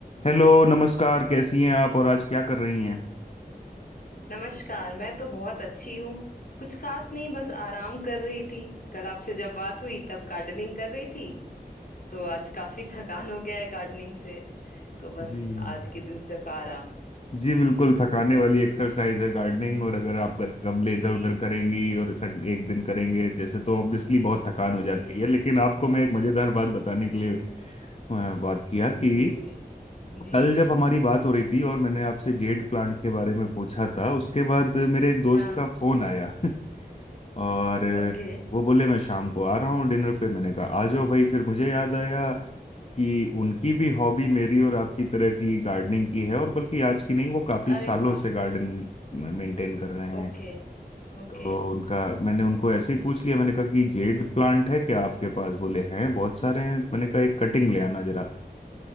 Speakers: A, on the left (about 40°); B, on the left (about 55°).
A: Hello नमस्कार कैसी हैं आप और आज क्या कर रही हैं
B: नमस्कार मैं तो बहुत अच्छी हूँ कुछ खास नहीं बस आराम कर रही थी कल आपसे जब बात हुई तब गार्डनिंग कर रही थी तो आज काफी <laughs> थकान हो गया है गार्डनिंग से तो बस
A: जी
B: आज के दिन सिर्फ आराम
A: जी बिल्कुल थकाने वाली एक्सरसाइज है गार्डनिंग और अगर आप गत- गमले
B: जी
A: इधर उधर करेंगी और सन- एक दिन करेंगे जैसे तो ऑब्वियसली बहुत थकान हो जाती
B: जी
A: है लेकिन आपको मैं एक मजेदार बात बताने के लिए अ, बात किया कि
B: जी जी जी
A: कल
B: जी
A: जब हमारी बात हो रही थी और मैंने आपसे जेड प्लांट के बारे में पूछा था उसके बाद मेरे एक दोस्त
B: हाँ
A: का फोन आया <laughs> और
B: ओके
A: वो बोले मैं शाम को आ रहा हूँ डिनर पे मैंने कहा आ जाओ भाई फिर मुझे याद आया कि उनकी भी हॉबी मेरी और आपकी तरह की गार्डनिंग की है और बल्कि आज की नहीं वो काफी
B: अरे
A: सालों
B: वाह
A: से गार्डन मेंटेन कर रहे हैं
B: ओके ओके
A: तो उनका मैंने उनको ऐसे ही पूछ लिया मैंने कहा कि जेड प्लांट है क्या आपके पास बोले हैं बहुत सारे हैं तो मैंने कहा एक कटिंग ले आना जरा